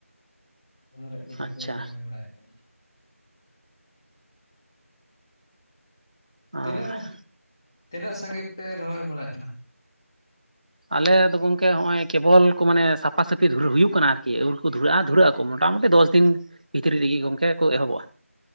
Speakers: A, on the left; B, on the right.
A: ᱥᱟᱨᱮᱡ ᱠᱚ-ᱫᱚ
B: ᱟᱪᱪᱷᱟ
A: ᱠᱚ, ᱨᱚᱦᱚᱭ ᱵᱟᱲᱟᱭᱮᱫ ᱠᱟᱱᱟ᱾
B: ᱟᱨ
A: ᱛᱤᱱᱟᱹᱜ᱾ ᱛᱤᱱᱟᱹᱜ ᱥᱟᱸᱜᱤᱧ ᱯᱮ, ᱨᱚᱦᱚᱭ ᱵᱟᱲᱟ-ᱭ ᱠᱟᱱᱟ᱾
B: ᱟᱞᱮ ᱫᱚ ᱜᱚᱝᱠᱮ, ᱦᱚᱸᱜᱼᱚᱭ ᱠᱮᱵᱚᱞ ᱠᱚ, ᱟᱞᱮ ᱟᱞᱮᱫᱚ ᱜᱚᱝᱠᱮ ᱱᱟ-ᱚᱭ ᱠᱮᱵᱟᱞ ᱠᱚ ᱢᱟᱱᱮ ᱥᱟᱯᱷᱟ ᱥᱟᱹᱯᱷᱤ ᱫᱷᱽᱩᱨᱟᱳ ᱦᱩᱭᱩᱜ ᱠᱟᱱᱟ᱾ ᱟᱨᱠᱤ ᱟᱹᱣᱲᱤ ᱠᱚ ᱫᱷᱩᱨᱲᱟᱹᱜ-ᱟ᱾ ᱫᱷᱩᱨᱟᱹ ᱟᱠᱚ ᱠᱚ ᱢᱚᱴᱟ-ᱢᱩᱴᱤ ᱫᱚᱥ ᱫᱤᱱ ᱵᱷᱤᱛᱨᱤ ᱨᱮᱜᱮ, ᱜᱚᱝᱠᱮ ᱠᱚ ᱮᱦᱚᱵᱚᱜ-ᱟ᱾